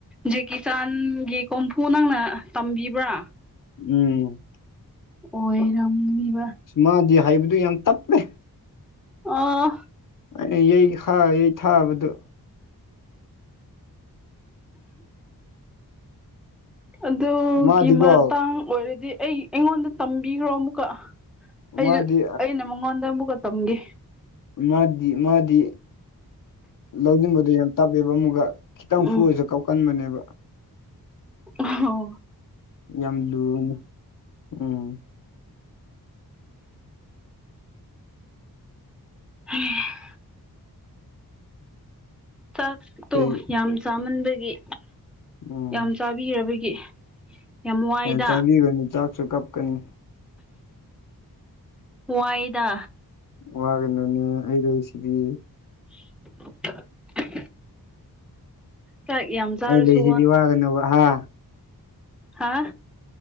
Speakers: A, in the centre; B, on the left.
A: ꯖꯦꯀꯤꯆꯥꯟꯒꯤ ꯀꯣꯝꯐꯨ ꯅꯪꯅ ꯇꯝꯕꯤꯕ꯭ꯔꯥ
B: ꯎꯝ
A: ꯑꯣꯏꯔꯝꯅꯤꯕ
B: ꯃꯥꯗꯤ ꯍꯥꯏꯕꯗꯨ ꯌꯥꯝ ꯇꯞꯄꯦ
A: ꯑꯥ
B: ꯑꯩꯅ ꯌꯩꯥ ꯌꯩ ꯊꯥꯕꯗꯨ
A: ꯑꯗꯨꯒꯤ
B: ꯃꯥꯗꯤꯀꯣ
A: ꯃꯇꯥꯡ ꯑꯣꯏꯔꯗꯤ ꯑꯩ ꯑꯩꯉꯣꯟꯗ ꯇꯝꯕꯤꯈ꯭ꯔꯣ ꯑꯃꯨꯛꯀ ꯑꯩꯁꯨ
B: ꯃꯥꯗꯤ
A: ꯑꯩꯅ ꯃꯉꯣꯟꯗ ꯑꯃꯨꯛꯀ ꯇꯝꯒꯦ
B: ꯃꯥꯗꯤ ꯃꯥꯗꯤ ꯂꯧꯖꯅꯤꯡꯕꯗ ꯌꯥꯝ ꯇꯞꯑꯦꯕ ꯑꯃꯨꯛꯒ ꯈꯤꯇꯪ
A: ꯎꯝ
B: ꯐꯨꯨꯔꯁꯨ ꯀꯥꯎꯀꯟꯕꯅꯦꯕ
A: ꯑꯣꯍꯣ
B: ꯌꯥꯝ ꯂꯨꯅ ꯎꯝ
A: <inaudible> ꯆꯥꯛꯇꯣ
B: ꯑꯩ
A: ꯌꯥꯝ ꯆꯥꯃꯟꯕꯒꯤ
B: ꯎꯝ
A: ꯌꯥꯝ ꯆꯥꯕꯤꯔꯕꯒꯤ ꯌꯥꯝ ꯋꯥꯏꯗ
B: ꯑꯦ ꯆꯥꯕꯤꯒꯅꯨ ꯆꯥꯛꯁꯨ ꯀꯞꯀꯅꯤ
A: ꯋꯥꯏꯗ
B: ꯋꯥꯒꯅꯨꯅꯦ ꯑꯩ ꯂꯩꯁꯤꯗꯤ
A: <inaudible> ꯆꯥꯛ ꯌꯥꯝ ꯆꯥꯔꯁꯨ
B: ꯑ ꯂꯩ ꯁꯤꯗꯤ ꯋꯥꯒꯅꯣ ꯍꯥ
A: ꯍꯥꯥ